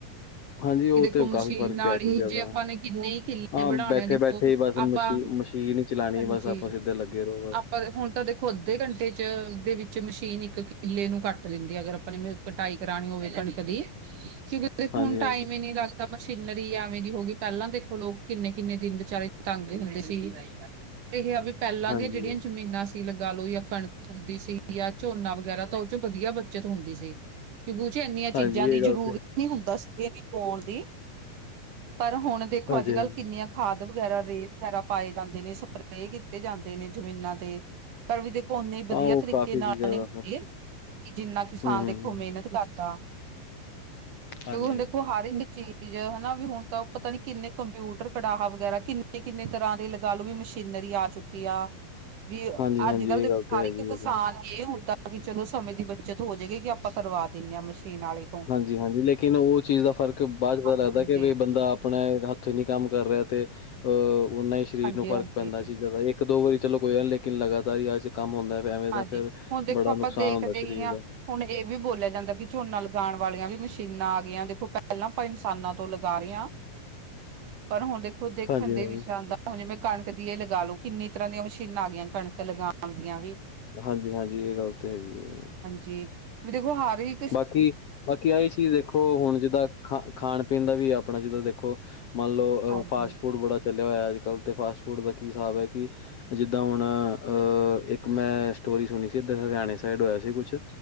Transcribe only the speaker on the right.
ਕਿ ਦੇਖੋ
ਮਸ਼ੀਨ
ਨਾਲ
ਈ ਜੇ
ਅੱਪਾਂ ਨੇ ਕਿੰਨੇ ਹੀ ਕਿੱਲੇ
ਬੜਾਣੇ
ਆ ਦੇਖੋ,
ਅੱਪਾਂ,
ਹਾਂਜੀ
ਅਪ ਪਰ ਹੁਣ ਤਾਂ ਦੇਖੋ ਅੱਧੇ ਘੰਟੇ ਚ, ਦੇ ਵਿੱਚ ਮਸ਼ੀਨ ਇੱਕ ਕਿਲੇ ਨੂੰ ਕੱਟ ਲੈਂਦੀ ਆ ਅਗਰ ਅਪਣੀ ਕਟਾਈ ਕਰਾਣੀ ਹੋਵੇ ਕਣਕ ਦੀ, ਕਿਯੁਕੇ ਦੇਖੋ
ਹੁਨ ਟਾਈਮ
ਹੀ ਨੀ ਲੱਗਦਾ, ਮਸ਼ੀਨਰੀ ਆ ਐਵੇ ਦੀ ਹੋ ਗਈ, ਪੈਲਾਂ ਦੇਖੋ ਲੋਕ ਕਿੰਨੇ ਕਿੰਨੇ ਦਿਨ ਵਿਚਾਰੇ ਤੰਗ ਹੁੰਦੇ ਸੀਗੇ, ਏਹ ਹਾ ਕਿ ਪੈਲਾਂ
ਦੀਆਂ ਜੇੜੀਆਂ ਜਮੀਨਾਂ ਸੀ ਲਗਾ ਲਓ ਯਾ ਕਣਕ ਹੁੰਦੀ ਸੀ ਯਾ ਝੋਨਾ ਵਗੈਰਾ ਤਾ ਓ ਚੋਂ ਵਧੀਆ ਬੱਚਤ ਹੁੰਦੀ ਸੀ। ਕਿਉਕਿ ਉੇ ਏਨੀਆਂ
ਚੀਜਾ ਦੀ
ਜਰੂਰਤ
ਨੀ ਹੁੰਦਾ ਸੀ ਕਾਓਣ ਦੀ। ਪਰ ਹੁਣ ਦੇਖੋ
ਅੱਜ-ਕੱਲ
ਕਿੰਨੀਆ ਖਾਦ ਵਗੈਰਾ, ਰੇ ਵਗੈਰਾ ਪਾਏ ਜਾਂਦੇ ਨੇ ਸਪਰੇ ਕੀਤੇ ਜਾਂਦੇ ਨੇ ਜਮੀਨਾ ਤੇ ਪਰ ਵੀ ਦੇਖੋ ਓਨੇ
ਵਧੀਆ
ਤਰੀਕੇ
ਨਾਲ
ਹੀ
ਹੂੰਦੀ
ਏ। ਕਿ ਜਿੰਨਾ ਕਿਸਾਨ
ਦੇਖੋ
ਮੇਨਤ ਕਰਦਾ
ਲੋਰ ਦੇਖੋ ਹਰ ਏੱਕ ਚੀਜ ਦੀ ਆ, ਹਨਾ ਵੀ ਹੁਨ ਤਾ ਓ ਪਤਾ ਨੀ ਕਿੰਨੇ ਕੰਪਿਊਟਰ, ਕੜਾਹਾ ਵਗੈਰਾ ਕਿੰਨੇ ਕਿੰਨੇ ਤਰਾਂ ਦੇ ਲਗਾ ਲੋ ਵੀ ਮਸ਼ੀਨਰੀ ਆ ਚੁੱਕੀ ਆ। ਵੀ
ਅੱਜ-ਕੱਲ ਦੇ
ਹਰ
ਇਕ ਕਿਸਾਨ
ਇਹ ਹੁੰਦਾ ਕਿ ਚਲੋ ਸਮੇਂ ਦੀ ਬੱਚਤ ਹੋ ਜਾਏਗੀ, ਕਿ ਆਪਾਂ ਕਰਵਾ ਦਿੰਦੇ ਹਾਂ ਮਸ਼ੀਨ ਆਲੇ।
ਹਾਂਜੀ
ਹਾਂਜੀ
ਹਾਂਜੀ
ਹਾਂਜੀ
ਹੁਣ ਦੇਖੋ
ਆਪਾਂ
ਦੇਖਦੇ
ਹੀ ਹਾਂ
ਹੁਣ ਇਹ ਵੀ ਬੋਲਿਆ ਜਾਂਦਾ ਕਿ ਝੋਨਾ ਲਗਾਣ ਵਾਲੀਆਂ ਵੀ ਮਸ਼ੀਨਾਂ ਆ ਗਈਆਂ ਦੇਖੋ ਪਹਿਲਾਂ ਕਿਸਾਨਾਂ ਤੋਂ ਲਗਾ ਰੇ ਹਾ।
ਪਰ ਹੁਣ ਦੇਖੋ ਦੇਖਣ
ਦੇ ਵੀਚ ਆੰਦਾ ਹੁਣ ਜਿਵੇਂ ਕਣਕ ਦੀ ਇਹ ਲਗਾ ਲਓ, ਕਿੰਨੀ ਤਰ੍ਹਾਂ ਦੀਆਂ ਮਸ਼ੀਨਾਂ ਆ ਗਈਆਂ ਕਣਕ ਤੇ ਲਗਾਣ ਦੀਆਂ ਵੀ।
ਜੀ ਵੀ ਦੇਖੋ ਹਾਰ ਹੀ
ਹਾਂਜੀ